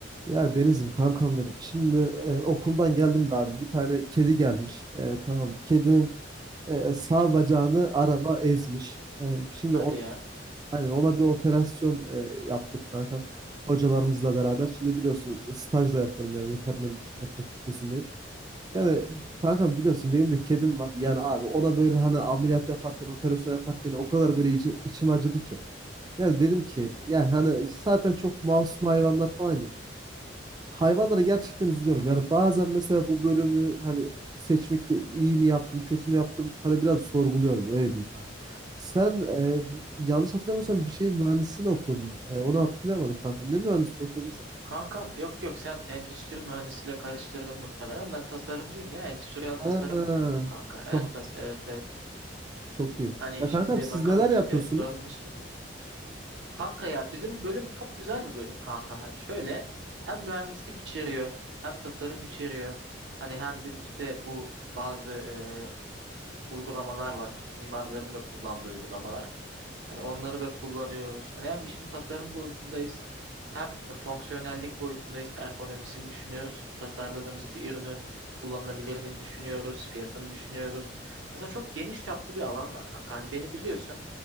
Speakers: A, on the right; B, on the right.
A: Ya Deniz'im kankam benim. Şimdi e, okuldan geldim de abi bir tane kedi gelmiş. E, tamam. Kedinin e, sağ bacağını araba ezmiş. E, şimdi
B: Hadi
A: o,
B: ya.
A: hani ona bir operasyon e, yaptık kankam. Hocalarımızla beraber. Şimdi biliyorsun staj da yapıyorum ya veterinerlik e, fakültesindeyim. Yani
B: Hı hı.
A: kankam biliyorsun benim de kedim var. Yani abi ona böyle hani ameliyat yaparken operasyon yaparken o kadar böyle içi- içim acıdı ki. Yani dedim ki yani hani zaten çok masum hayvanlar falan ya hayvanlara gerçekten üzülüyorum. Yani bazen mesela bu bölümü hani seçmekte iyi mi yaptım, kötü mü yaptım? Hani biraz sorguluyorum öyle diyeyim kanka. Sen e, yanlış hatırlamıyorsam bir şey mühendisliğini okuyordun. E, onu hatırlayamadım kankam. Ne mühendisliği okuyordun sen?
B: Kankam yok yok sen endüstri mühendisiyle karıştırdın muhtemelen. Ben tasarımcıyım ya. Endüstriyel
A: Ha,
B: tasarım okuyorum kanka.
A: çok
B: Entas evet evet.
A: çok iyi.
B: Hani
A: Ya kankam
B: şimdi
A: siz
B: bakalım
A: neler
B: işte
A: yapıyorsunuz?
B: dördüncü sınıfım. Kanka ya bizim bölüm çok güzel bir bölüm kanka. Hani şöyle hem mühendislik içeriyor hem tasarım içeriyor. Hani hem biz işte bu bazı e, uygulamalar var. Mimarların da kullandığı uygulamalar. Hani onları da kullanıyoruz. Hani hem işin tasarım boyutundayız hem e, fonksiyonellik boyutundayız. Ergonomisini düşünüyoruz. Tasarladığımız bir ürünün kullanılabilirliğini düşünüyoruz. Fiyatını düşünüyoruz. Aslında çok geniş çaplı bir alan var kanka. Hani beni biliyorsun.